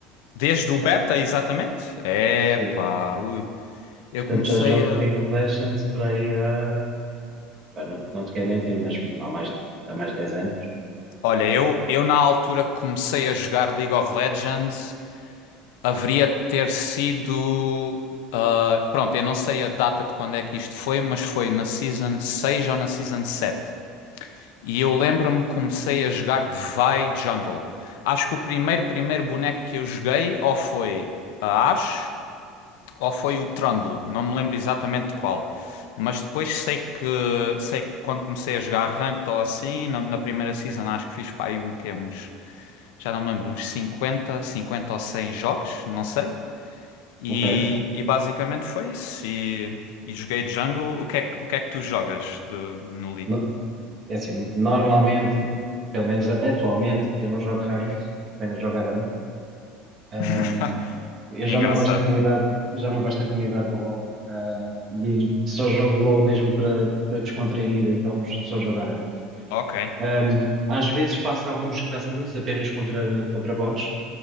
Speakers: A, on the left; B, on the right.
A: Desde
B: portanto,
A: o beta, exatamente? é
B: sim.
A: Epá, ui. Eu
B: Portanto,
A: comecei
B: já jogo
A: a.
B: League of Legends para aí há. pá, não, não te quero mentir, mas há mais, há mais de 10 anos.
A: Olha, eu, eu na altura que comecei a jogar League of Legends, haveria de ter sido. ah, pronto, eu não sei a data de quando é que isto foi, mas foi na Season 6 ou na Season 7. E eu lembro-me que comecei a jogar Vai Jungle. Acho que o primeiro, primeiro boneco que eu joguei ou foi a Ashe ou foi o Trundle. Não me lembro exatamente de qual. Mas depois sei que, sei que quando comecei a jogar Ranked ou assim, na, na primeira season acho que fiz para aí um, quê? uns, já não me lembro, uns 50 50 ou 100 jogos, não sei. E,
B: Ok.
A: e basicamente foi isso. E, e joguei Jungle. O que é que, o que é que tu jogas de, no League?
B: No- é assim, normalmente, pelo menos atualmente, eu não jogo ranked, apenas jogo ARAM, Um,
A: <laughs>
B: eu
A: Engraçado.
B: já não gosto da comunidade, já não gosto da comunidade do LoL, uh, e aí só jogo LoL mesmo para para descontrair, então só jogar ARAM.
A: Ok.
B: Um, às vezes faço alguns customs apenas contra, contra bots,